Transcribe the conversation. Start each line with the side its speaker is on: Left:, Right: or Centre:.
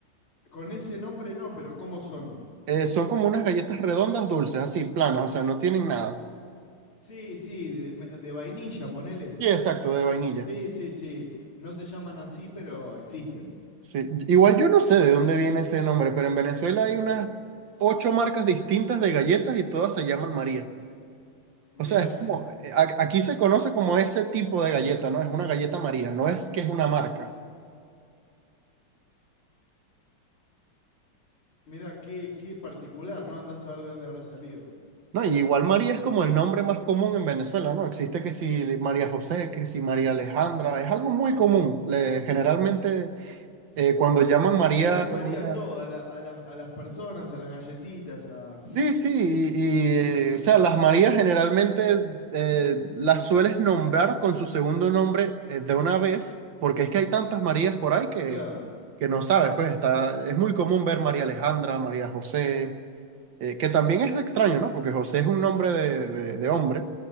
Left: con ese nombre no, pero ¿cómo son?
Right: Eh, son como unas galletas redondas dulces, así, planas, o sea, no tienen nada.
Left: Sí, sí, de, me- de vainilla, ponele.
Right: Sí, exacto, de vainilla.
Left: Sí, sí, sí. No se llaman así, pero existen.
Right: Sí. Igual yo no sé de dónde viene ese nombre, pero en Venezuela hay unas ocho marcas distintas de galletas y todas se llaman María.
Left: Mira,
Right: O sea, es como, eh, a- aquí se conoce como ese tipo de galleta, ¿no? Es una galleta María, no es que es una marca,
Left: mira qué, qué particular, ¿no? Andás a ver de dónde habrá salido.
Right: ¿no? Y igual María es como el nombre más común en Venezuela, ¿no? Existe que si María José, que si María Alejandra, es algo muy común. Le- generalmente eh, cuando llaman María
Left: Le ponen
Right: a
Left: María
Right: una-
Left: a todo, a, la- a las- a las personas, a las galletitas, a...
Right: Sí, sí, y, y, o sea, las Marías generalmente eh, las sueles nombrar con su segundo nombre eh, de una vez, porque es que hay tantas Marías por ahí que,
Left: Claro.
Right: que no sabes, pues está, es muy común ver María Alejandra, María José, eh, que también es extraño, ¿no? Porque José es un nombre de, de- de hombre,